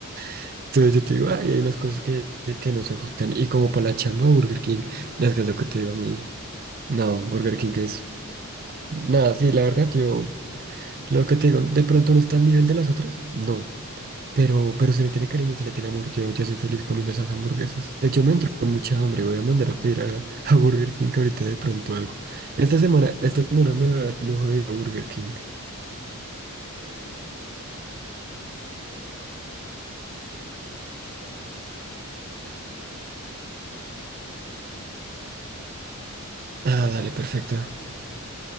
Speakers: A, on the right; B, on the right.
A: Entonces yo te digo, ay, hay unas cosas que, que no se ajustan. Y como para la chamba Burger King, no, es que es lo que te digo a mí. No, Burger King es... Nada, sí, la verdad, yo... Lo que te digo, ¿de pronto no está al nivel de las otras? No. Pero, pero se le tiene cariño, se le tiene amor. Yo, yo soy feliz comiendo esas hamburguesas. De hecho, me entró mucha hambre. Voy a mandar a pedir a, <laughs> a Burger King ahorita de pronto algo. Esta semana, esta semana me voy a dar el lujo de ir a Burger King.
B: Sí, sí. <laughs> Eh, oye, eh, Santi, qué pena. Eh, voy a ver si, si guardo unas cosas acá en el cuarto y y me listo para dormir, que ya estoy un poco cansado. Entonces,
A: Ah, dale,
B: te hablamos
A: perfecto.
B: mañana, ¿vale?